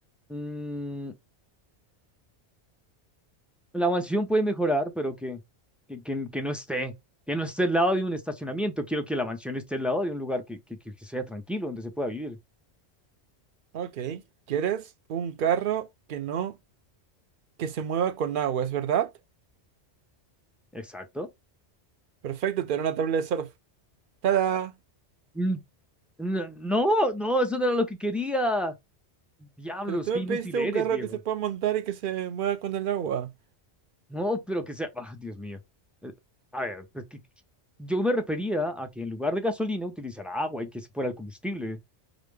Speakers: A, in the centre; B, on the right.
A: mm, La mansión puede mejorar, pero que, que, que- que no esté, que no esté al lado de un estacionamiento. Quiero que la mansión esté al lado de un lugar que, que, que- que sea tranquilo, donde se pueda vivir.
B: Ok. ¿Quieres un carro que no, que se mueva con agua, es verdad?
A: Exacto.
B: Perfecto, te daré una tabla de surf. ¡Tada!
A: Mm, No, no, no, eso no era lo que quería. Diablos,
B: Pero tú
A: qué
B: me
A: inútil
B: pediste
A: eres,
B: un carro
A: viejo.
B: que se pueda montar y que se mueva con el agua.
A: No, pero que sea. Ah, Dios mío. Eh, A ver, pues que, yo me refería a que en lugar de gasolina utilizara agua y que se fuera el combustible.